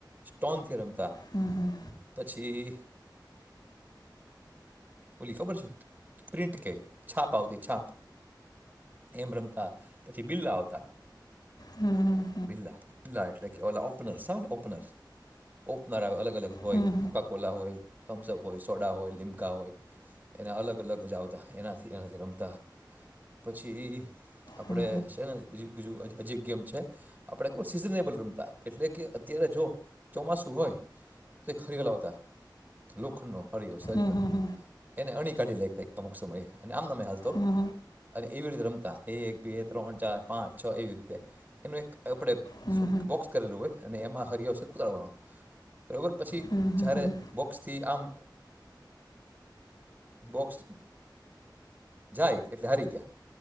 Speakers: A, on the right; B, on the left.
A: ટોનથી રમ તા
B: હમ હમ
A: પછી ઓલી ખબર છે પ્રિન્ટ કે છાપ આવતી છાપ એમ રમતાં પછી બિલ્લા આવતાં
B: હમ
A: બીલા બીલા એટલે કે ઓલા ઓપનરસને આવેને ઓપનર ઓપનર આવે અલગ અલગ હોય
B: હમ હમ
A: કોકાકોલા હોય. થમ્સ અપ. હોય સોડા હોય લીમકા હોય એના અલગ અલગ જ આવતા એનાથી એનાથી રમતાં પછી ઈ આપડે
B: હમ
A: સે ને બીજું બીજું હજુ હજી એક ગેમ છે. આપણે ખબર સીઝનેબલ રમતાં એટલે કે અત્યારે જો ચોમાસું હોય તો એક હરિયો લાવતા લોખંડનો હરિયો સરીઓ
B: હમ હમ હમ હમ હમ
A: એને અણી કાઢી લેતાં એક અમુક સમયે અને આમનામ એ હાલતો
B: હમ હમ હમ
A: અને એવી રીતે રમ એક બે ત્રણ ચાર પાંચ છ એવી રીતે એનું એક આપણે
B: હમ
A: શું બોક્સ કરેલું હોય. અને એમાં હરિયો સુકડાવાનો બરોબર પછી
B: હમ હમ
A: જ્યારે
B: હમ
A: બોક્સથી આમ બોક્સ જાય એટલે હારી ગયા.